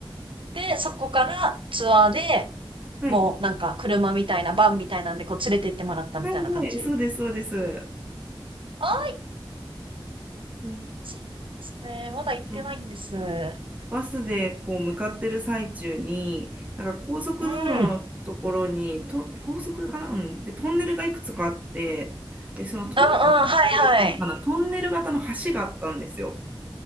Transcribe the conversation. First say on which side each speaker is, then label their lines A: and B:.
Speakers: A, on the right; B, on the right.
A: で、そこからツアーで、
B: はい。
A: もうなんか車みたいな、バンみたいなんでこう連れて行ってもらったみたいな感じ。
B: はい、はい、そうです、そうです。
A: はい。
B: で、
A: そうなんですね。まだ行ってないんです。
B: あの
A: うん。
B: バスでこう向かってる最中に、なんか高速道路のところに、
A: うん。うん。うんうんうんう
B: と、高速かな、うん、で、トンネルがいくつかあって、で、そのトン、
A: んはいはい。
B: あトンネルっていうのかな、トンネル型の橋があったんですよ。